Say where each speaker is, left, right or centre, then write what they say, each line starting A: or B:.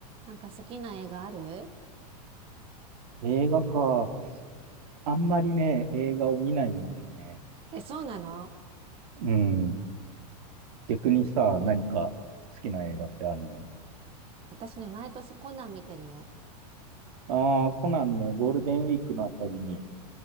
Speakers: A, on the right; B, on the right.
A: なんか好きな映画ある
B: 映画か。あんまりね、映画を見ないんだよね。
A: え、そうなの
B: うん。逆にさ、何か好きな映画ってあるの
A: 私ね、毎年コナン見てるよ。
B: ああー、コナンね、ゴールデンウィークのあたりに